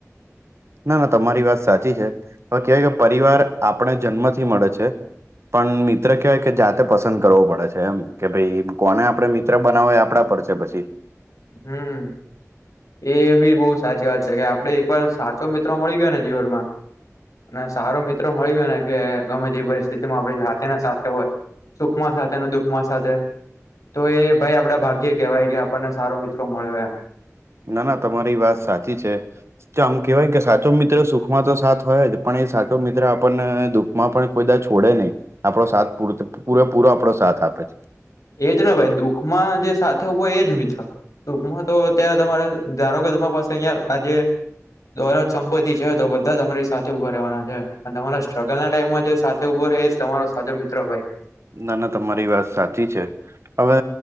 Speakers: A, on the right; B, on the left.
A: ના ના તમારી વાત સાચી છે હવે કહેવાય કે પરિવાર આપડે જન્મથી મળે છે. પણ મિત્ર કહેવાય કે જાતે પસંદ કરવો પડે છે એમ કે ભાઈ કોને આપડે મિત્ર બનાવાય આપડા પર છે પછી.
B: હમ્મ. એ બી બહુ સાચી વાત છે કે આપડે એક વાર સાચો મિત્રો મળી ગયો ને જીવનમાં અને સારો મિત્રો મળી ગયો ને કે ગમે તેવી પરિસ્થિતિમાં આપડી સાથે ના સાથે હોય. સુખમાં સાથે અને દુખમાં સાથે તો એ ભાઈ આપડા ભાગ્યે કેવાય કે આપણને સારો મિત્રો મળ્યો એમ.
A: ના ના તમારી વાત સાચી છે. તો આમ કેવાય કે સાચો મિત્ર સુખમાં તો સાથ હોય જ પણ એ સાચો મિત્ર આપણને દુખ માં પણ કોઈ દા છોડે નહી આપડો સાથ પૂ પૂરેપૂરો આપડો સાથ આપે છે.
B: એજ ને ભાઈ દુઃખમાં જે સાથે ઉભો હોય એજ મિત્ર. ટૂંકમાં તો અત્યારે તમારે ધારો કે તમારી પાસે અહીંયા આજે દોલત સંપત્તિ છે તો બધા તમારી સાથે ઉભા રેવાના છે અને તમારા સ્ટ્રગલ ના ટાઈમમાં જે સાત તો ઉભો એજ તમારો સાચો મિત્ર ભાઈ.
A: ના ના તમારી વાત સાચી છે. હવે